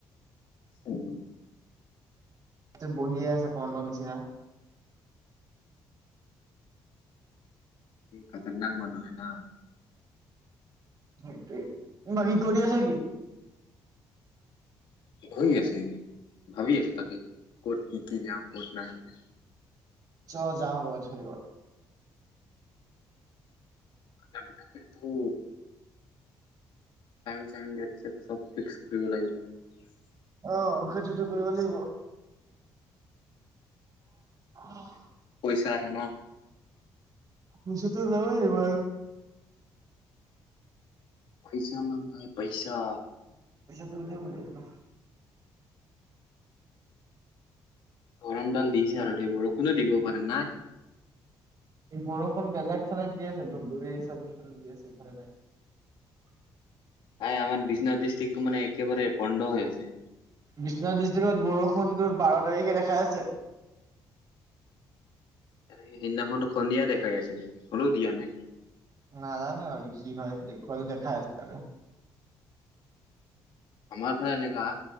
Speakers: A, on the left; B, on the right.
A: উম
B: ত বহিয়ে আছ পনৰৰ নিচিনা
A: খতৰনাকক মন হয় ন
B: সেইটোৱেই বাকী কৰি আছে কি
A: হৈ আছে এনেই ভাবি আছো তাকে ক'ত কি কি যাও ক'ত নাই বুলি
B: অ যাওঁ ক'ব ধৰিব
A: তাকে ফ্ ফুৰিব লাগিব
B: আহ খেইটোটো কৰিব লাগিব হ
A: চাহনা
B: পচ ত নব নিব
A: পইচা নং তায় পইচা
B: জলিয় পলো
A: গৰম ডাল দিছে আৰু দে বৰষুণো দিব পাৰে নাই
B: বৰষুণ বেলেগ ফালে দি আছে ধুবুৰী হিচাপেফালে দি আছে এইফালে নাই
A: এই আমাৰ বিশ্বনাথ ডিষ্ট্ৰিকটো মে একেবাৰে পধ হৈ আছে।
B: বিশ্বনাথ ডিষ্ট্ৰিক্ত বৰষুণটোৰ বাৰ তাৰিখে দেখা আছে
A: এনেকে সেইদিনাখনো সন্ন্দিয়া দেখাই আছিলে হ'লেও দিয়া নাই
B: নাজানো আৰু কি হয়ত দেখাই আছে আৰু
A: আমাৰ ভালে এনেকাা